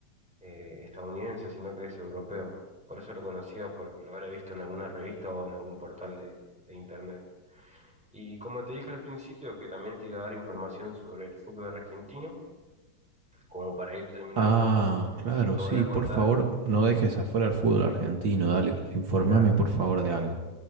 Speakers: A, in the centre; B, on the right.
A: eh, estadounidense, sino que es europeo. Por eso lo conocía, porque lo habré visto en alguna revista o en algún portal de, de internet. Y como te dije al principio, que también te iba a dar información sobre el fútbol argentino, como para ir terminando,
B: Ah, claro,
A: te
B: sí,
A: voy a contar
B: por favor, no dejes afuera el fútbol argentino, dale,
A: eh,
B: informame
A: el, a-
B: por favor de algo.